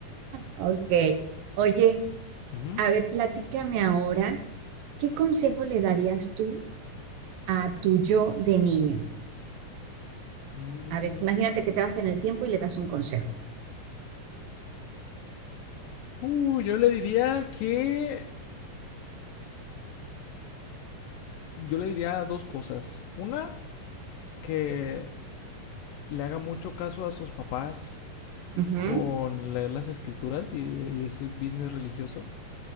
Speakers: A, on the right (about 90°); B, on the left (about 85°).
A: ok. Oye,
B: Ujú.
A: a ver, platícame ahora, ¿qué consejo le darías tú a tu yo de niño?
B: Mm,
A: A ver, imagínate que te vas en el tiempo y le das un consejo.
B: uh, yo le diría que Yo le diría dos cosas. Una, que le haga mucho caso a sus papás
A: Ujú,
B: con leer las escrituras y, y ese business religioso.